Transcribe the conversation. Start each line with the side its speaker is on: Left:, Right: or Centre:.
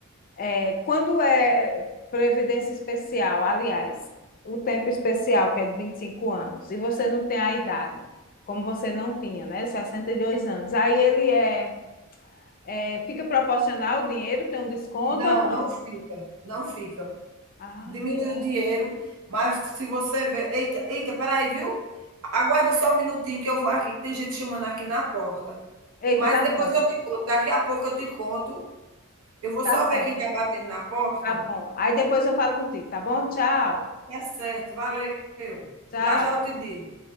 Left: É, quando é é, previdência especial, aliás, o tempo especial, que é de 25 anos, e você não tem a idade, como você não tinha, né? sessenta e dois anos. Aí ele é, é fica proporcional o dinheiro, tem um desconto
Right: Não,
Left: ou não?
Right: não fica, não fica.
Left: Ah,
Right: Diminui
Left: é.
Right: o dinheiro, mas se você vê. Eita, eita, peraí, viu? Aguarda só um minutinho que eu vou aqui, que tem gente chamando aqui na porta.
Left: Eita,
Right: Mas
Left: tá
Right: depois
Left: certo,
Right: eu te conto, daqui a pouco eu te conto Eu vou
Left: tá
Right: só
Left: certo,
Right: ver quem está batendo na porta.
Left: tá bom. Aí depois eu falo contigo, tá bom? Tchau,
Right: É certo, valeu.
Left: tchau.
Right: Já já eu te digo.